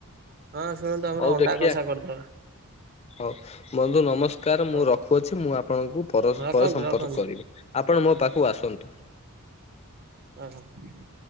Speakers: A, on the right; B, on the left.
A: ହଁ ଶୁଣନ୍ତୁ ଆମର
B: ହୋଉ
A: ଅଣ୍ଡା
B: ଦେଖିଆ
A: କଷା କରିଦବା
B: ହୋଉ ବନ୍ଧୁ ନମସ୍କାର
A: ହଉ
B: ମୁଁ ର ଖୁ ଅଛି ମୁଁ ଆପଣଙ୍କୁ ପର
A: ରଖନ୍ତୁ
B: ପରେ ସମ୍ପର୍କ
A: ରଖନ୍ତୁ
B: କରିବି। ଆପଣ ମୋ ପାଖକୁ ଆସନ୍ତୁ।
A: ଆଁ ହାଁ ହାଁ।